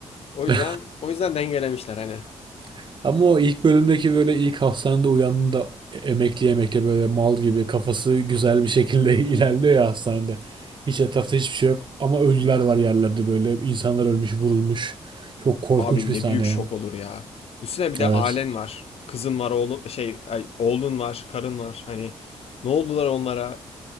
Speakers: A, on the left; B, on the right.
A: O yüzden
B: gün.
A: o yüzden dengelemişler hani.
B: <laughs> Ama o ilk bölümdeki böyle ilk hastanede uyandığında e, emekli emekli böyle mal gibi kafası güzel bir şekilde <laughs> ilerliyor ya hastanede. Hiç etrafta hiçbir şey yok ama ölüler var yerlerde böyle. İnsanlar ölmüş, vurulmuş. Çok korkunç
A: Abi
B: bir
A: ne
B: sahne
A: büyük şok
B: yani.
A: olur ya. Düşünsene bir de
B: Evet.
A: ailen var. Kızın var, oğlun şey ay, oğlun var, karın var. Hani ne oldular onlara?